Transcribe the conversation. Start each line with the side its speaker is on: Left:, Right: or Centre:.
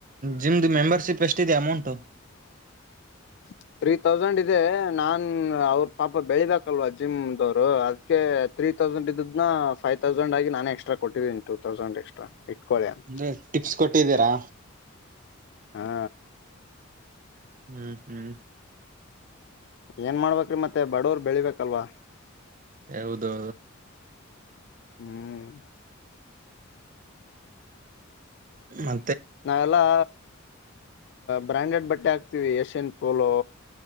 Right: ಜಿಮ್ ಮೆಂಬರ್ಶಿಪ್ ಎಷ್ಟಿದೆ ಅಮೌಂಟ್
Left: ಹತ್ ತ್ರೀ ತೌಸಂಡ್ ಇದೆ ನಾನ್ ಅವ್ರ ಪಾಪ ಬೆಳಿಬೆಕ್ಕ ಅಲ್ಲ ಜಿಮ್ ದವ್ರು ಅದಕ್ಕೆ ತ್ರೀ ತ್ರೀ ತೌಸಂಡ್ ಇದ್ನ ಫೈವ ತೌಸಂಡ್ಗಿ ನಾನ ಎಕ್ಸ್ಟ್ರ ಕೊಟ್ಟೀನಿ ಟ ತೌಸಂಡ್ ಎಕ್ಸ್ಟ್ರಾ ಇಟ್ಕೊಳ್ಳಿ ಅಂತ
Right: ಅ ಟಿಪ್ಸ್ ಕೊಟ್ಟಿದ್ದೀರಾ
Left: ಹಾ
Right: ಹ್ಮ್ ಹ್ಮ್
Left: ಏನ್ ಮಾಡ್ಬೇಕ್ರಿ ಮತ್ತೆ ಬಡವರ್ ಬೆಳಿಬೇಕಲ್ವಾ
Right: ಹೌದು
Left: ಹ್ಮ್
Right: ಮ
Left: ನಾವೆಲ್ಲಾ ಬ್ರಾಂಡೆಡ್ ಬಟ್ಟೆ ಹಾಕ್ತಿವಿ ಏಷ್ಯನ್ ಪೋಲೋ